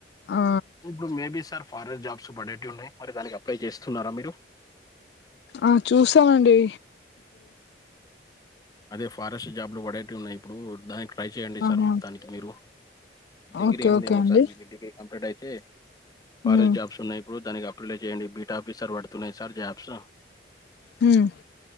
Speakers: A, on the left (about 70°); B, on the left (about 20°).
A: ఆ
B: ఇప్పుడు మేబి సర్ ఫారెస్ట్ జాబ్స్ పడేట్వి ఉన్నాయి. మరి దానికి అప్లై చేస్తున్నారా మీరు?
A: ఆ చూసామండి.
B: అదే ఫారెస్ట్ జాబ్లు పడేటివి ఉన్నాయి ఇప్పుడు దానికి ట్రై చేయండి. సార్
A: ఆహా
B: మొత్తానికి మీరు డిగ్రీ
A: ఓకే
B: అయిందేమో
A: ఓకే అండి
B: సార్ మీది డిగ్రీ కంప్లీట్ అయితే ఫారెస్ట్
A: ఉమ్
B: జాబ్స్ ఉన్నాయి. ఇప్పుడు దానికి అప్లై చేయండి బీటా ఆఫీసర్ పడుతున్నాయి సార్ జాబ్స్
A: హ్మ్